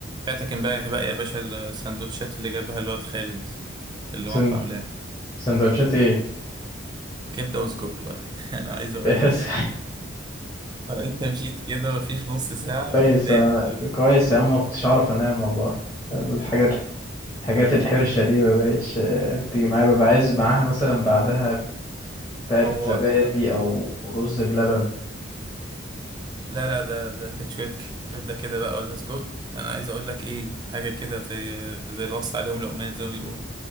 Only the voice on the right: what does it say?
فاتك امبارح بقى يا باشا السندوتشات اللي جابها الواد خالد اللي
مامته عاملاها
كبده وسجق بقى <laughs> انا عايز
اقول
لك انت مشيت كده مفيش نص ساعه
ولقيت
<laughs>
فورت
بقى
لا لا ده ده كانت شويه كبده كده بقى ولا سجق انا عايز اقول لك ايه حاجه كده زي زي اللي وصى عليهم لقمان زي ما بيقولوا